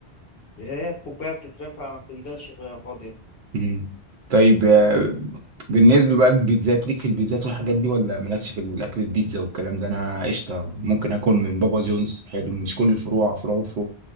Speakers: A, on the left; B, on the right.
A: هي الكوباية بتترفع ما بتنزلش وهي فاضية
B: مم. طيب آه، بالنسبة بقى للبيتزات ليك في البيتزات والحاجات دي ولا مالكش في الأكل البيتزا والكلام ده أنا قشطة ممكن آكل من بابا جونز حلو مش كل الفروع فروع